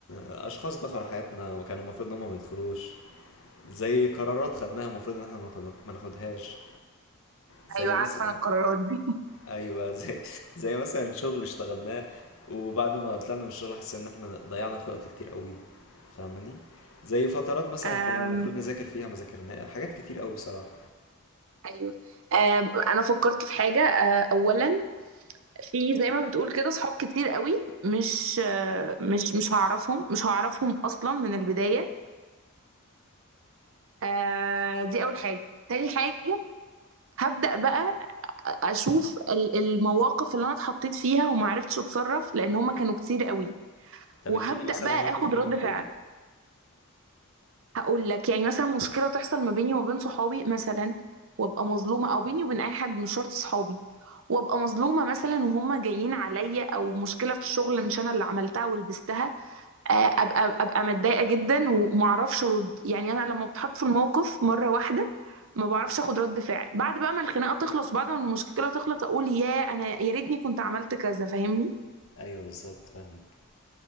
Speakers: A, on the left; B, on the right.
A: اشخاص دخلوا حياتنا وكانوا المفروض ان هم ما يدخلوش زي قرارات خدناها المفروض ان احنا ما ناخدها- ما ناخدهاش زي
B: ايوه
A: مثلا
B: عارفه انا القرارات دي
A: ايوه زي زي مثلا شغل اشتغلناه وبعد ما طلعنا من الشغل حسينا ان احنا ضيعنا في وقت كتير قوي فاهماني زي فترات مثلا
B: أم
A: كان المفروض نذاكر فيها ما ذاكرناها حاجات كتير قوي بصراحه
B: ايوه أم انا فكرت في حاجه أه، اولا في زي ما بتقول كده صحاب كتير قوي مش أه، مش مش هعرفهم مش هعرفهم اصلا من البدايه أه، دي اول حاجه تاني حاجه هبدا بقى اشوف ال- المواقف اللي انا اتحطيت فيها وما عرفتش اتصرف لان هما كانوا كتير قوي
A: طب
B: وهبدا
A: اديني مثلا
B: بقى
A: موقف
B: اخد
A: منهم
B: رد
A: كده
B: فعل هقول لك يعني مثلا مشكله تحصل ما بيني وما بين صحابي مثلا وابقى مظلومه او بيني وبين اي حد مش شرط صحابي وابقى مظلومه مثلا وهم جايين عليا او مشكله في الشغل مش انا اللي عملتها ولبستها آه، ابقى ابقى متضايقه جدا ومعرفش ارد يعني انا لما بتحط في الموقف مره واحده ما بعرفش اخد رد فعل بعد بقى ما الخناقه تخلص بعد ما المشكله تخلص اقول يا انا يا ريتني كنت عملت كذا فاهمني
A: ايوه بالظبط فاهمك